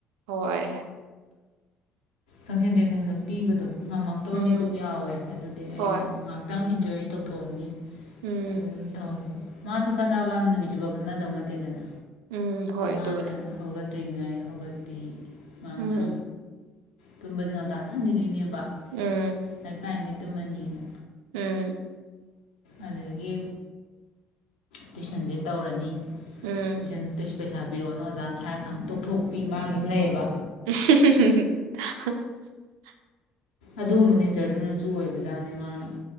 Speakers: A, on the right; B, on the left.
A: ꯍꯣꯏ
B: ꯀꯟꯁꯦꯟꯇ꯭ꯔꯦꯁꯟꯗꯣ ꯄꯤꯕꯗꯣ ꯉꯝꯃꯛꯇꯕ
A: ꯎꯝ
B: ꯃꯤꯀꯨꯞ ꯌꯥꯎꯋꯦ ꯑꯗꯨꯗꯤ ꯑꯩꯅ
A: ꯍꯣꯏ
B: ꯉꯥꯏꯍꯥꯛꯇꯪ ꯑꯦꯟꯖꯣꯏ ꯇꯧꯊꯣꯛꯑꯅꯤ
A: ꯎꯝ
B: ꯑꯗꯥ ꯑꯗꯨꯝ ꯇꯧꯋꯦꯕ ꯃꯥꯁꯨ ꯈꯠꯅꯕ ꯅꯨꯃꯤꯠꯆꯨꯞꯄ ꯈꯠꯅꯗꯧ ꯅꯠꯇꯦꯗꯅ
A: ꯎꯝ ꯍꯣꯏ ꯑꯗꯨꯕꯨꯗꯤ
B: ꯃꯥꯅ ꯇ꯭ꯔꯤꯉꯥꯏ ꯍꯧꯒꯠꯄꯤ ꯃꯥꯅ
A: ꯎꯝ
B: ꯇꯨꯝꯝꯕꯖꯦ ꯉꯟꯇꯥꯆꯪꯗꯣꯏꯅꯦ ꯂꯥꯏꯔꯤꯛ
A: ꯎꯝ
B: ꯄꯥꯏ ꯇꯨꯃꯅꯤꯅ꯫
A: ꯎꯝ꯫
B: ꯑꯗꯒꯤ꯫ ꯇꯨꯏꯁꯟꯁꯦ ꯇꯧꯔꯅꯤ꯫
A: ꯎꯝ
B: ꯇꯨꯏꯁꯟ ꯄꯩꯁꯥ ꯄꯤꯔꯛꯑꯣꯅ ꯑꯣꯖꯥꯅ ꯍꯥꯏꯔꯀꯥꯟꯗ ꯇꯣꯛꯊꯣꯛꯄꯤ ꯃꯥꯒꯤ ꯑꯃ ꯂꯩꯌꯦꯕ꯫
A: <unintelligible>
B: ꯑꯗꯨꯒꯨꯝꯕ ꯅꯦꯆꯔꯗꯨꯅꯁꯨ ꯑꯣꯏꯕꯖꯥꯠꯅꯤ ꯃꯥꯅ-